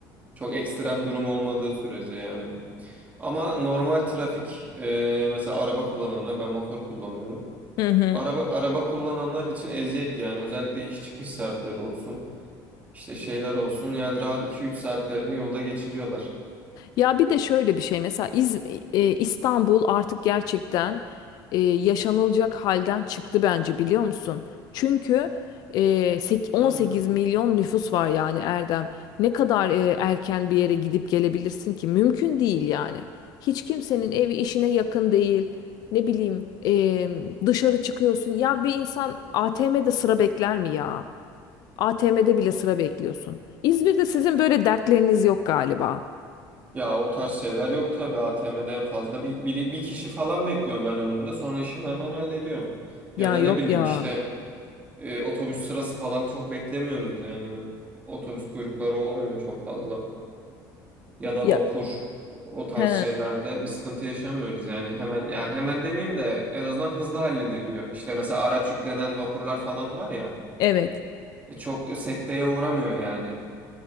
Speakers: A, on the right; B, on the left.
A: Çok ekstrem durum olmadığı sürece yani. Ama normal trafik e, mesela araba kullananlar ben motor kullanıyorum.
B: Hı hı.
A: Araba araba kullananlar için eziyet yani özellikle iş çıkış saatleri olsun işte şeyler olsun yani rahat iki üç saatlerini yolda geçiriyorlar.
B: Ya bir de şöyle bir şey mesela İz- e, İstanbul artık gerçekten e, yaşanılacak halden çıktı bence biliyor musun? Çünkü e, sek- 18
A: Aynen.
B: milyon nüfus var yani Erdem. Ne kadar e, erken bir yere gidip gelebilirsin ki? Mümkün değil yani. Hiç kimsenin evi işine yakın değil. Ne bileyim e, dışarı çıkıyorsun. Ya bir insan ATM'de sıra bekler mi ya? ATM'de bile sıra bekliyorsun. İzmir'de sizin böyle dertleriniz yok galiba.
A: Ya o tarz şeyler yok tabii ATM'de en fazla bir, bir, bir kişi falan bekliyorum ben önümde sonra işimi hemen hallediyorum.
B: Ya
A: Ya da
B: yok
A: ne bileyim
B: ya.
A: işte e, otobüs sırası falan çok beklemiyoruz yani otobüs kuyrukları olmuyor çok fazla. Ya da
B: Ya
A: vapur o tarz
B: he,
A: şeylerde bir sıkıntı yaşamıyoruz yani hemen ya hemen demeyeyim de en azından hızlı hallediliyor. İşte mesela araç yüklenen vapurlar falan var ya
B: evet.
A: e, çok sekteye uğramıyor yani.